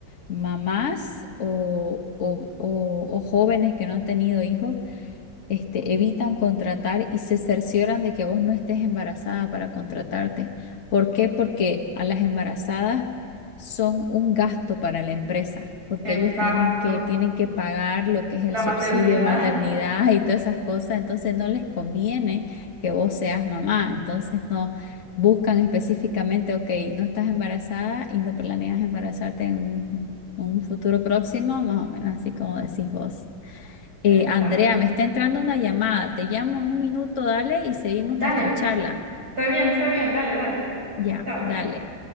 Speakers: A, on the left (about 45°); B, on the right (about 50°).
A: mamás o, o, o, o jóvenes que no han tenido hijos, este, evitan contratar y se cercioran de que vos no estés embarazada para contratarte. ¿Por qué? Porque a las embarazadas son un gasto para la empresa, porque
B: Exacto.
A: ellos tienen que, tienen que pagar lo que es el
B: La
A: subsidio
B: maternidad.
A: de maternidad y todas esas cosas, entonces no les conviene que vos seas mamá, entonces no buscan específicamente, ok, no estás embarazada y no planeas embarazarte en un, un futuro próximo, más o menos así como decís vos. Eh,
B: <laughs> Exacto.
A: Andrea, me está entrando una llamada. Te llamo en un minuto, dale, y seguimos
B: Dale.
A: nuestra charla.
B: Está bien, está bien. Dale, dale.
A: Ya,
B: Chao.
A: dale.